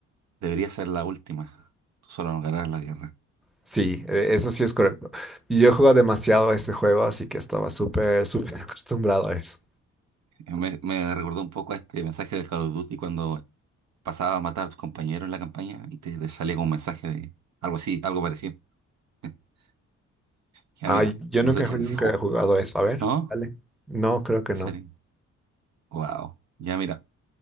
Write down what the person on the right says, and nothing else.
debería ser la última. Tú solo no ganarás la guerra.
Eh, Me, me recordó un poco a este mensaje del Call of Duty cuando pasaba a matar a tus compañeros en la campaña y te, te salía con un mensaje de algo así, algo parecido. <laughs> Ya
mira,
no
sé si
se jugó.
¿No?
¿En
serio? Wow. Ya mira,